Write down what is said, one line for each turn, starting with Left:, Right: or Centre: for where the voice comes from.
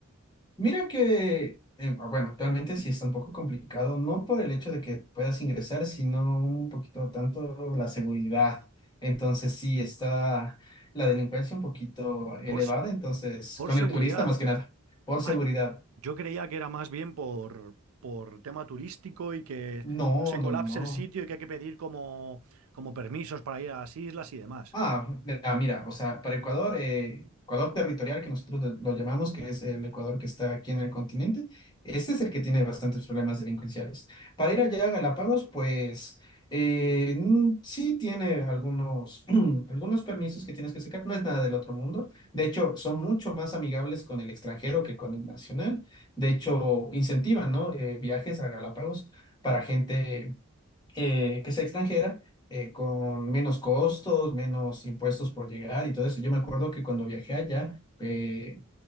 Left: Mira que, eh, ah, bueno, actualmente sí está un poco complicado, no por el hecho de que puedas ingresar, sino un poquito tanto la seguridad. Entonces sí está la delincuencia un poquito elevada,
Right: Por, s-
Left: entonces
Right: por
Left: con
Right: seguridad.
Left: el turista más que nada, por
Right: Ay,
Left: seguridad.
Right: yo creía que era más bien por, por tema turístico y que
Left: No,
Right: no se colapse
Left: no, no. no.
Right: el sitio y que hay que pedir como, como permisos para ir a las islas y demás.
Left: Ah, mira, mira, o sea, para Ecuador, eh, Ecuador territorial, que nosotros lo, lo llamamos, que es el Ecuador que está aquí en el continente, este es el que tiene bastantes problemas delincuenciales. Para ir allá a Galápagos, pues eh, mm, sí tiene algunos, <clears throat> algunos permisos que tienes que sacar, no es nada del otro mundo. De hecho, son mucho más amigables con el extranjero que con el nacional. De hecho, incentivan, ¿no? Eh, viajes a Galápagos para gente eh, que sea extranjera, eh, con menos costos, menos impuestos por llegar y todo eso. Yo me acuerdo que cuando viajé allá, eh,